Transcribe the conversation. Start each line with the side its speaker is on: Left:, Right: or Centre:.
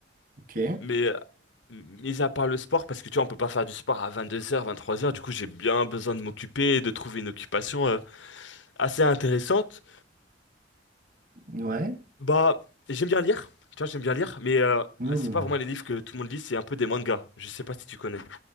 Right: Ok,
Left: mais euh, mis à part le sport, parce que tu vois, on peut pas faire du sport à vingt-deux heures vingt-trois heures du coup, j'ai bien besoin de m'occuper et de trouver une occupation euh, assez intéressante.
Right: ouais.
Left: Bah, j'aime bien lire, tu vois, j'aime bien lire, mais euh,
Right: Hmm.
Left: c'est pas vraiment les livres que tout le monde lit, c'est un peu des mangas. Je sais pas si tu connais.